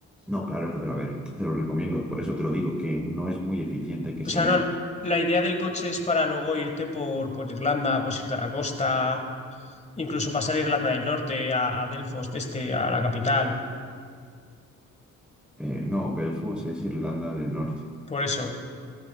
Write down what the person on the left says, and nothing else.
O sea,
no, la idea del coche es para luego irte por, por Irlanda, pues irte a la costa, incluso pasar a Irlanda del Norte, a, a Delfos, de este, a la capital.
Por eso,